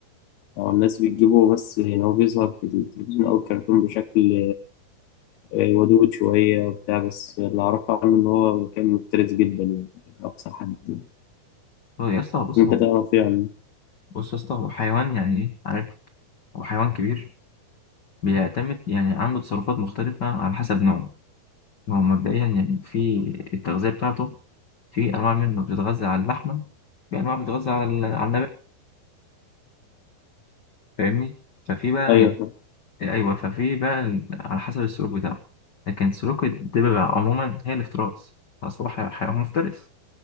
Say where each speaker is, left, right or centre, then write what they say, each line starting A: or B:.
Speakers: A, on the left (about 80°); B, on the left (about 65°).
A: آه، الناس بتجيبه بس يعني هو بيظهر في التلفزيون أو الكرتون بشكل آه، ودود شوية وبتاع بس اللي أعرفه عنه إن هو مكان مفترس جدا يعني أقصى حد يعني.
B: هو يا اسطى بص
A: أنت
B: هو
A: تعرف إيه عنه؟
B: بص يا اسطى هو حيوان يعني ايه عارف هو حيوان كبير بيعتمد يعني عنده تصرفات مختلفه على حسب نوعه هو مبدئيا يعني في التغذيه بتاعته في انواع منه بتتغذى على اللحمه في انواع بتتغذى على ال- على النبات فاهمني ففي بقى
A: أيوه
B: يعني
A: فاهم
B: ايوه ففي بقى ال- على حسب السلوك بتاعه لكن سلوك الدببة عموما هي الافتراس اصل هو حي- حيوان مفترس